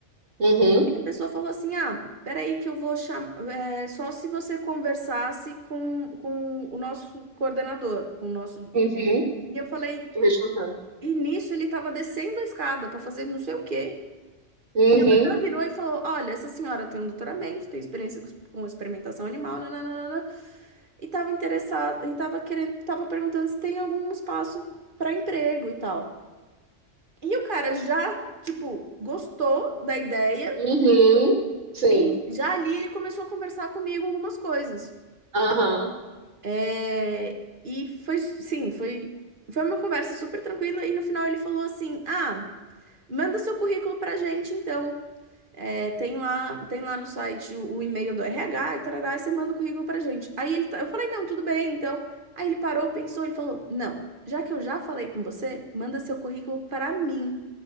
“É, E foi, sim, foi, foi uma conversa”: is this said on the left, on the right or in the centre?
Right